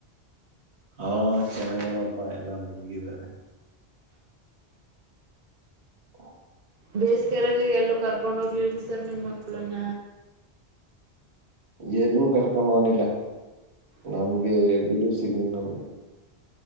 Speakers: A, on the right; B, on the right.
A: ಹಾ ಚೆನ್ನಂಗಡಪ್ಪಾ ಎಲ್ಲ ಮುಗಿದ್ದಾರೆ ಹ
B: ಬೇಸಿಗೆರಜ ಎಲ್ಲೂ ಕರ್ಕೊಂಡ್ ಹೋಗ್ಲಿರ್ಬ ಸರ್ ನಿಂಗ್ ಮಕ್ಳನ್ನ
A: ಎಏಲ್ಲೂ ಕರ್ಕೊಂಡುವನಿಲ್ಲ
B: ಯಾಕ್
A: ನಮ್ಗೆ
B: ಸರ್
A: ಬಿಡುುವ ಸಿಗ್ನಿಲ್ಲ ನಮ್ಗೆ